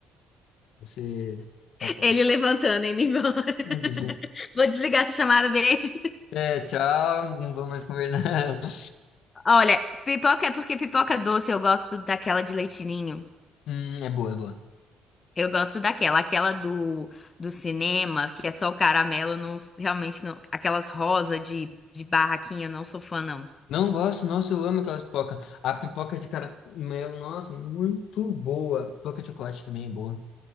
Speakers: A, on the left; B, on the left.
A: você tá fora.
B: Ele levantando e indo embora. <laughs>
A: Meu Deus.
B: Vou desligar essa chamada, beijo.
A: É, tchau, não vou mais conversar. <laughs>
B: Olha, pipoca é porque pipoca doce eu gosto daquela de leitinho.
A: Hum, é boa, é boa.
B: Eu gosto daquela, aquela do, do cinema, que é só o caramelo, eu não, realmente não, aquelas rosa de, de barraquinha, não sou fã não.
A: Não gosto, nossa, eu amo aquelas pipocas. A pipoca de caramelo, nossa, muito boa. Pipoca de chocolate também é boa.